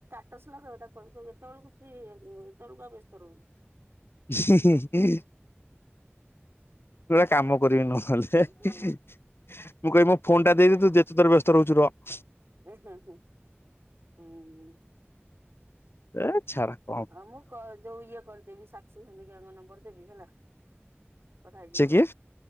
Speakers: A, on the right; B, on the left.
A: <unintelligible> କହିବୁ ଏତେବେଳକୁ ଫ୍ରି <unintelligible> ଏତଅଳକୁ ଆଉ ବ୍ୟସ୍ତ ରହୁନୁ।
B: <unintelligible> କାମ କରିବି ନହେଲେ।
A: ହୁଁ
B: ହେ,
A: ହୁଁ
B: ମୁଁ କହିବି ମୋ ଫୋନ୍ ଟା ଦେଇଦେ, ତୁ ଯେତେଥର ବ୍ୟସ୍ତ ରହୁଛୁ ରହ।
A: ଏ ହେ ହେ, ହୁଁ।
B: ଏ ଛାଡ଼!
A: ହଁ, ମୁଁ କ ଯୋଉ ଇଏ କରିଦେବି, ସାକ୍ଷୀ ହେରିକାଙ୍କ ନମ୍ବର ଦେବି ହେଲା। କଥା ହେଇଯିବୁ
B: ସେ କିଏ
A: ଆଉ।